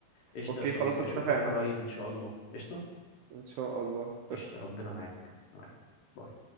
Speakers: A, on the left; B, on the right.
A: قشطة
B: اوكي
A: يا صديقي
B: خلاص اتفقنا
A: أشوفك قريب إن شاء الله قشطة
B: ان شاء الله
A: قشطة
B: قشطة
A: ربنا معاك ربنا معاك باي